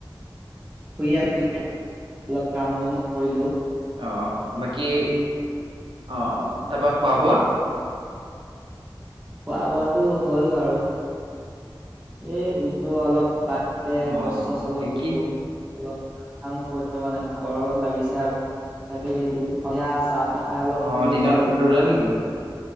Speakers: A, on the right; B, on the right.
A: শুই আছিলোঁ এতিয়া অলপ কাম বন কৰিলো
B: অঁ, বাকী অ তাপা খোৱা বোৱা।
A: খোৱা বোৱাটো হ'ল বাৰু এই বোলো অলপ তে
B: অ
A: গছ চছ অলপ
B: কি কি
A: ৰুলো অলপ কৈছো মানে ভাগৰ অলপ লাগিছে আৰু তাকে সন্ধিয়া চা খাই অলপ
B: অ
A: শুই
B: দিনত
A: আছো আৰু
B: ৰুলে নেকি